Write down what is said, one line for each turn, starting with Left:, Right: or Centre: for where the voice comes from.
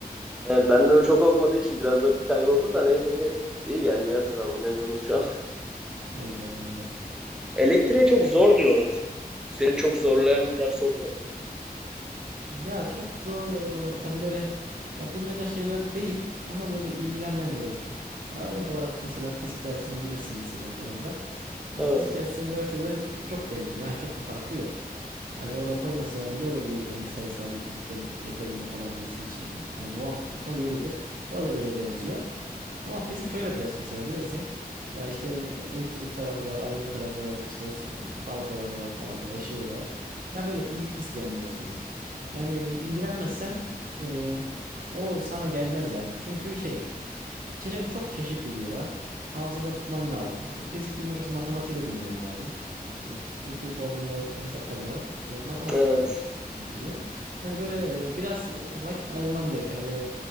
Centre: evet, bende o çok olmadığı için biraz vakit kayboldu da neyse ki iyi geldi ya sınavım memnunum şu an.
Right: Ne güzel ne güzel.
Centre: Elektriğe çok zor diyorlar. Seni çok zorlayan bir ders oldu mu?
Right: Ya çok zor o, hani böyle yapılmayacak şeyler değil ama böyle ilgilenmen gerekiyor. Ya örnek olarak mesela fizik dersini bilirsin liseden falan da. Ya
Centre: Evet,
Right: fizik dersi üniversitede çok benziyor. Hani çok bir farkı yok. Yani orada koymasalar bile olur bir hani sayısalcı fizikten yeterli not alan birisi için. Yani muaf tutulsa yeridir. O derece benziyor. Ama fizik şöyle bir ders mesela bilirsin. Ya işte elektrik tarafı var, ayna tarafı var, işte su- dalgalar var falan böyle ışığı var. Ya böyle ilgi isteyen bir ders fizik. Yani ilgilenmezsen e, o sana gelmez yani. Çünkü şey çeşe- çok çeşitliliği var. Hafızanda tutman lazım. E, Fizik bilmek için matematiği de bilmen lazım. E, Çünkü formüller, hesaplamalar e, matematikte
Centre: evet.
Right: yapılıyor. Yani böyle e, biraz e, vakit ayırman gerekiyor. Yani böyle